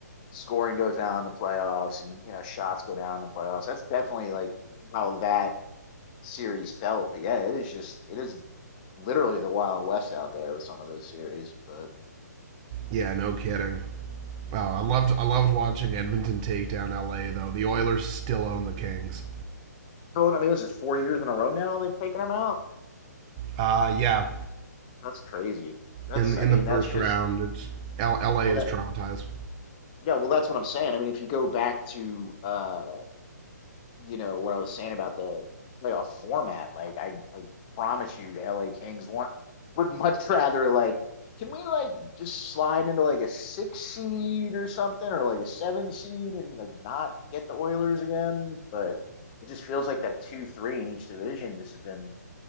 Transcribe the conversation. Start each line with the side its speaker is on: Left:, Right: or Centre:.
Left: scoring goes down in the playoffs and you know shots go down in the playoffs. That's definitely like how that series felt. But yeah, it is just it is literally the Wild West out there with some of those series, but.
Right: Yeah, no kidding. Oh, I loved I loved watching Edmonton take down LA though. The Oilers still own the Kings.
Left: going. I mean, this is four years in a row now they've taken him out.
Right: Uh yeah,
Left: That's crazy. That's,
Right: in in
Left: I mean,
Right: the first
Left: that's just,
Right: round, it's L- LA
Left: well, that,
Right: is traumatized.
Left: yeah, well, that's what I'm saying. I mean, if you go back to, uh, you know, what I was saying about the playoff format, like, I, I promise you the LA Kings want, would <laughs> much rather, like, can we, like, just slide into, like, a six seed or something or, like, a seven seed and, like, not get the Oilers again? But, it just feels like that two three in each division. This has been